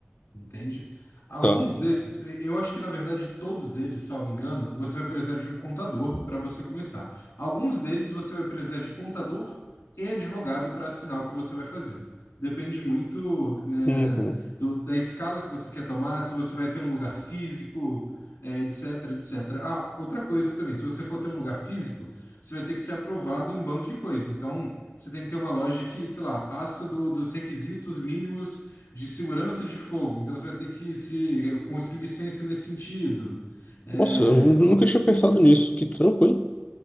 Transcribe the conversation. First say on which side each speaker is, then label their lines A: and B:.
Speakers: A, on the left; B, on the left.
A: Entende? Alguns
B: Tá.
A: desses, e- eu acho que na verdade todos eles, salvo engano, você vai precisar de um contador para você começar. Alguns deles você vai precisar de contador e advogado para assinar o que você vai fazer. Depende muito, é,
B: Uhum.
A: do- da escala que você quer tomar, se você vai ter um lugar físico, é, etc, etc. Ah, outra coisa também, se você for ter um lugar físico, você vai ter que ser aprovado em um bando de coisa. Então, você tem que ter uma loja que, sei lá, passa do- dos requisitos mínimos de segurança de fogo, então você vai ter que se conseguir licença nesse sentido. É,
B: Nossa, eu nu- nunca tinha pensado nisso. Que trampo, hein?